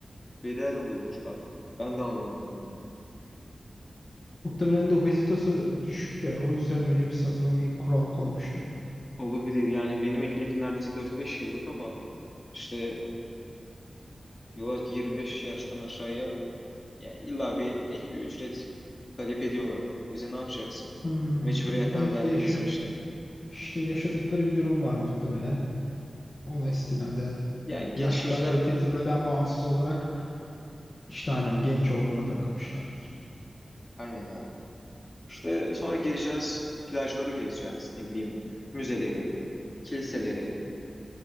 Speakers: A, on the left; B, on the left.
A: bedel alıyormuşlar. Ben de anlamadım onu.
B: Muhtemelen depozitosu düşük ya. O yüzden öyle bir saçma bir kural koymuşlar.
A: Olabilir yani benim ehliyetim neredeyse 4-5 yıllık ama işte diyorlar ki 25 yaştan aşağıya ya illa bir ek bir ücret talep ediyorlar. Bize ne yapacaksın?
B: Hmm,
A: Mecburiyetten
B: belki
A: vermelisin
B: de yaşa-
A: işte.
B: işte yaşadıkları bir durum var muhtemelen. Ona istinaden
A: Yani genç
B: yaştan
A: sürücüler
B: ve tecrübeden bağımsız olarak işte aynen genç olmana takılmışlardır.
A: aynen ya İşte sonra gezeceğiz, plajları gezeceğiz, ne bileyim müzeleri, kiliseleri,